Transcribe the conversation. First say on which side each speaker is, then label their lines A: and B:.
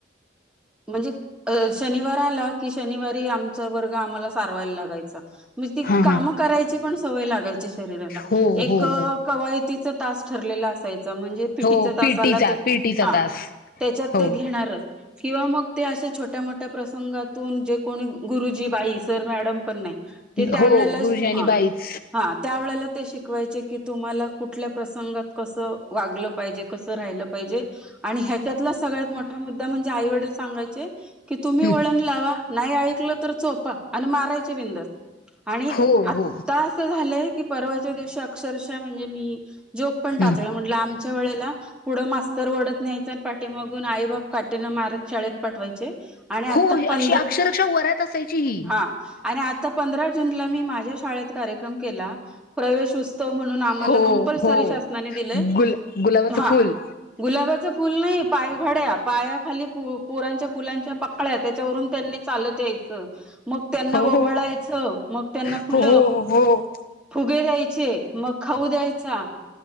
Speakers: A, in the centre; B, on the left.
A: म्हणजे अ शनिवार आला कि शनिवारी आमचा वर्ग आम्हाला. सारवायला लागायचा म्हणजे त
B: हा
A: काम
B: हा
A: करायची पण सवय लागायची. शरीराला
B: हो
A: एक
B: हो हो
A: कवायती तास ठरलेला असायच. म्हणजे पीटी
B: हो
A: तसाला
B: पीटीचा
A: ते
B: पीटीचा
A: हा
B: तास
A: त्याच्यात
B: हो
A: ते घेणारच. किंवा मग ते अशा छोट्या मोठ्या प्रसंगातून जे कोणी गुरुजी बा तर मॅडम पण नाही ते त्या
B: हो
A: वेळेला
B: गुरुजी आणि
A: हा
B: बाईच
A: हा त्या वेळेला. ते शिकवायचे की तुम्हाला कुठल्या प्रसंगात कसं वागलं पाहिजे कसं राहिलं पाहिजे. आणि ह्याच्यातला सगळ्यात मोठा मुद्दा म्हणजे आई वडील सांगायचे की तुम्ही
B: हं,
A: वळण लावा. नाही ऐकलं तर सोपा आणि मारायचे बिंदस आणि
B: हो
A: आता
B: हो
A: असं झालंय.. की परवाच्या दिवशी अक्षरशः म्हणजे मी जोक पण टाकलं
B: हं.
A: म्हट आ. च्या वेळेला पुढं मास्तर ओढत न्यायच आणि पाठीमागून आई बाप काटेन मारत शाळेत पाठवायचे. आणि आता
B: होय
A: पंधरा
B: अशी अक्षरक्षा वरात असायची ह.
A: हा आणि आता पंधरा जूनला मी माझ्या शाळेत कार्यक्रम केला प्रवेश उत्. त म्हणून आम्हाला
B: हो
A: कंपल्सरी
B: हो
A: शासनाने दिलंय
B: गुल गुलाबाचं
A: हा.
B: फुल
A: गुलाबाच फुल नाही पायघड्या पाया. खाली पोरांच्या फुलांच्या पकळ्या त्याच्यावरून त्यांनी चालत यायचं. मग त्यांना
B: हो
A: ववळायचं मग त्यांना
B: हो
A: फुल
B: हो हो
A: फुगे द्यायचे मग खाऊ द्यायचा.